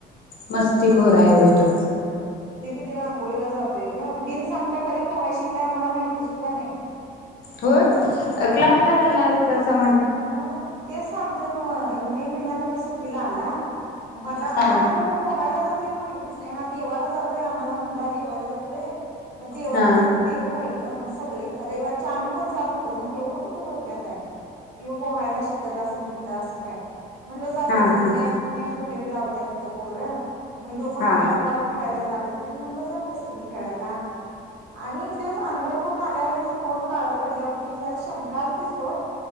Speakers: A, on the left; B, on the right.
A: मस्तिखोर आहे व्हय तो?
B: ते अंघोळीला जातोय ग बिन सांगता कधी पोहाय शिकलाय आम्हाला माहिती सुद्धा नाही
A: होय क्लासला घालणार होतासा?
B: मग ते सांग ते न्हव मे महिन्यात आता सुट्टीला आला मला
A: हा
B: आम्हाला हे पोहायला जातो हे माहिती तिच नाही हा देवाला जातोय आम्हाला म्हटला देवाला जातोय म देवाला
A: हा
B: तिथं देऊळ हाय. ग मग सगळी रविवारच्या आम्ही पण जात होतो मग एवढं कुठं डोक्यात आहे. किंवा पोहायला शिकत असेल तिथं असं काय म्हणलं जात
A: हा
B: अस
A: हा
B: मॅच मॅच वगैरे लाव त्या तिथं पोरं मग ह्यो पण
A: हा
B: बॅटबॉल खेळायला जात त तेत म्हणलं जात असतील खेळायला आणि एक दिवस आंघोळ करून आल्यावर ह्याज तोंड काळ पडल्यावरती जरा शंका आलती ओ